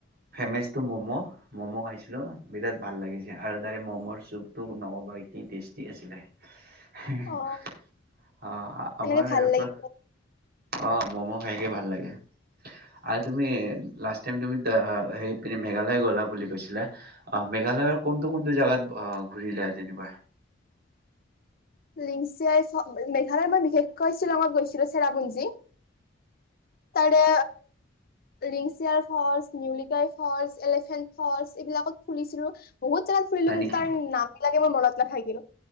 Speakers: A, on the right; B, on the left.
A: ফেমাচ টো মম' ম'ম' খাইছিলো বিৰাট ভাল লাগিছে আৰু তাৰে মমৰ চুপতটো নকবাি টেষ্টি আছিলে অঁ
B: অ
A: আমাৰ
B: এনেকে
A: ইয়াৰ
B: ভাল
A: পৰা
B: লাগে
A: অঁ মম' খাইকে ভাল লাগে আৰু তুমি লাষ্ট টাই তুমি মেঘালয় গলা বুলি কৈছিলা অঃ মেঘালয়ৰ
B: হয়
A: কোনটো কোনটো জোগাত অ ঘূৰি লোৱা যেনিবা।
B: লিংচিয়াই মেঘালয় মই বিশেষকৈ শ্বিলঙত গৈছিলো চেৰাপুঞ্জী, তাৰে Lyngksiar- falls, নিউলিকাই falls, elephant falls এইবিলাকত ফুৰিছিলোঁ। বহুত জাগাত ফুৰিলো
A: হয়
B: কিন্তু
A: নেকি
B: তাৰ নাম বিলাকে মোৰ মনত নাথাকিল।